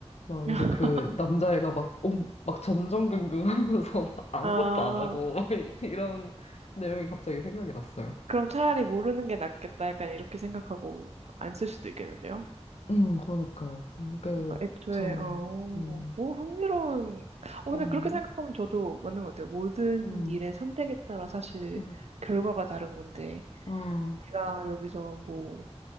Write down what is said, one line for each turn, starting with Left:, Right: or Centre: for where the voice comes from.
Left: 막
Right: <laughs>
Left: 이제 그 남자애가 막, 엄, 막 전전긍긍 하면서 <laughs> 막 아무것도
Right: 아,
Left: 안 하고 막 이- 이런 내용이 갑자기 생각이 났어요.
Right: 그럼 차라리 모르는 게 낫겠다. 약간 이렇게 생각하고 안 쓸 수도 있겠는데요?
Left: 음, 그러니까요. 이게
Right: 그러니까 애초에
Left: 참,
Right: 어,
Left: 음,
Right: 오, 흥미로운. 어, 근데
Left: 음,
Right: 그렇게 생각하면 저도 맞는 것 같아요. 모든
Left: 음,
Right: 일의 선택에 따라 사실
Left: 음,
Right: 결과가 다른 건데,
Left: 음,
Right: 내가 여기서 뭐